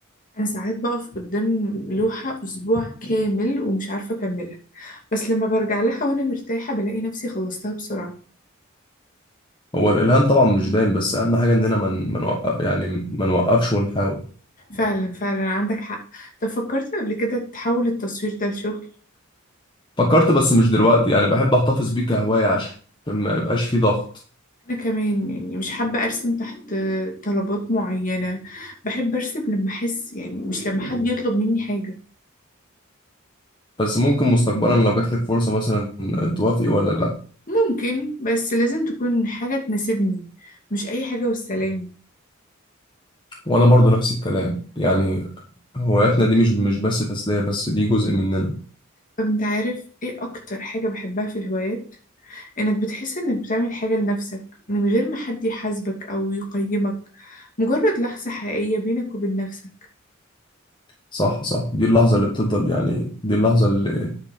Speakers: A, on the left; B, on the left.
A: أنا ساعات بقف قدام لوحة أسبوع كامل ومش عارفة أكملها بس لما برجع لها وأنا مرتاحة بلاقي نفسي خلصتها بسرعة
B: هو الالهام طبعا مش دايم بس اهم حاجه اننا من من وقف يعني ما نوقفش ونحاول
A: فعلا فعلا عندك حق طب فكرت قبل كده تحول التصوير ده لشغل
B: فكرت بس مش دلوقتي يعني بحب احتفظ بيه كهوايه عشان ما يبقاش فيه ضغط
A: أنا كمان يعني مش حابة أرسم تحت طلبات معينة بحب أرسم لما أحس يعني مش لما حد يطلب مني حاجة
B: بس ممكن مستقبلا لو جات لك فرصه مثلا توافقي ولا لا
A: ممكن بس لازم تكون حاجة تناسبني مش أي حاجة والسلام
B: وانا برضو نفس الكلام يعني هواياتنا دي مش مش بس تسليه بس دي جزء مننا
A: طب أنت عارف إيه أكتر حاجة بحبها في الهوايات؟ إنك بتحس إنك بتعمل حاجة لنفسك من غير ما حد يحاسبك أو يقيمك مجرد لحظة حقيقية بينك وبين نفسك
B: صح صح دي اللحظه اللي بتفضل يعني دي اللحظه اللي